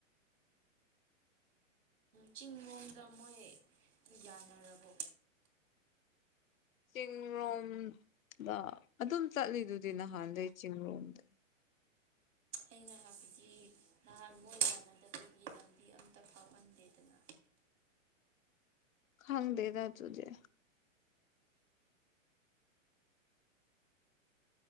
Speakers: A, on the right; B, on the left.
A: ꯆꯤꯡ ꯂꯣꯝꯗ ꯃꯣꯏ ꯌꯥꯅꯔꯕꯣ
B: ꯆꯤꯡꯡꯂꯣꯝꯗ ꯑꯗꯨꯝ ꯆꯠꯂꯤꯗꯨꯗꯤ ꯅꯍꯥꯟꯗꯩ ꯆꯤꯡꯔꯣꯝꯗꯩ
A: ꯑꯩꯅ ꯍꯥꯏꯕꯗꯤ ꯅꯍꯥꯟ ꯃꯣꯏ ꯀꯥꯟꯅꯗꯕꯒꯤ ꯂꯝꯕꯤ ꯑꯃꯝꯇ ꯐꯥꯎꯍꯟꯗꯦꯗꯅ
B: ꯈꯪꯗꯦꯗ ꯗꯨꯗꯤ